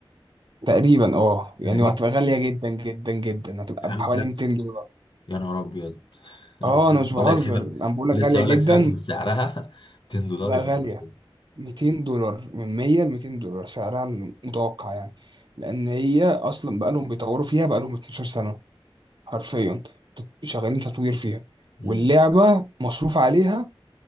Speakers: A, on the right (about 55°); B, on the left (about 60°).
A: تقريبا اه يعني
B: انا نفسي
A: وهتبقى غاليه جدا جدا جدا هتبقى
B: يا
A: بحوالي
B: عم
A: 200 دولار
B: يا نهار ابيض <laughs> انا
A: اه
B: كنت لسه
A: انا مش
B: بقول
A: بهزر
B: لك بجد سيبك
A: انا
B: <laughs>
A: بقول
B: كنت
A: لك
B: لسه
A: غاليه
B: بقول
A: جدا
B: لك سيبك من سعرها <laughs> 200 دولار
A: لا
B: يا
A: غالية
B: نهار ابيض
A: 200 دولار من 100 ل 200 دولار سعرها المتوقع يعني لأن هي أصلا بقالهم بيطوروا فيها بقالهم 12 سنة حرفيا ت- شغالين تطوير فيها
B: أمم،
A: واللعبة مصروف عليها